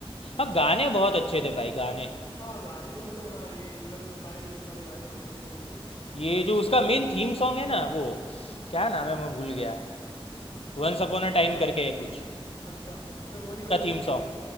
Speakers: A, on the left (about 75°); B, on the left (about 50°).
A: हाँ गाने बहुत अच्छे थे भाई गाने
B: हाँ गाने तो मतलब हाँ ये मतलब सारे बीट वाले गाने होते ही हैं उसमें
A: ये
B: वो
A: जो
B: सब तो
A: उसका
B: काफी
A: मेन थीम सॉन्ग है ना वो क्या नाम है मैं भूल गया वंस अपॉन अ
B: विक्रम
A: टाइम करके है कुछ
B: अच्छा मैं वो नहीं
A: उसका
B: मेरे को
A: थीम
B: म्यूजिक
A: सॉन्ग